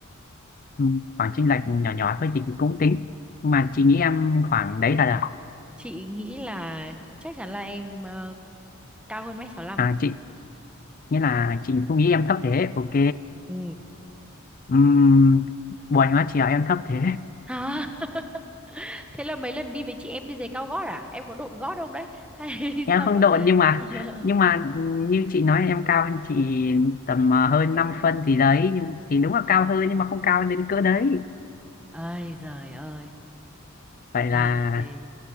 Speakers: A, on the left; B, in the centre.
A: ừm, khoảng chênh lệch nhỏ nhỏ thôi thì chị cũng tính nhưng mà chị nghĩ em khoảng đấy thật à,
B: Chị nghĩ là chắc chắn là em ờ, cao hơn mét sáu 65
A: à chị nghĩa là chị không nghĩ em thấp thế ok
B: Ừ.
A: Ừm, buồn quá chị ạ em thấp thế
B: À, <laughs> thế là mấy lần đi với chị em đi giày cao gót à? Em có độn gót không đấy? <laughs> Hay
A: em
B: sao
A: không
B: mà
A: độn nhưng mà
B: <laughs>
A: nhưng mà như chị nói em cao hơn chị tầm ờ, hơn 5 phân gì đấy nhưng thì đúng là cao
B: Ừm.
A: hơn nhưng mà không cao đến cỡ đấy
B: ơi giời ơi
A: vậy
B: ra
A: là
B: là thế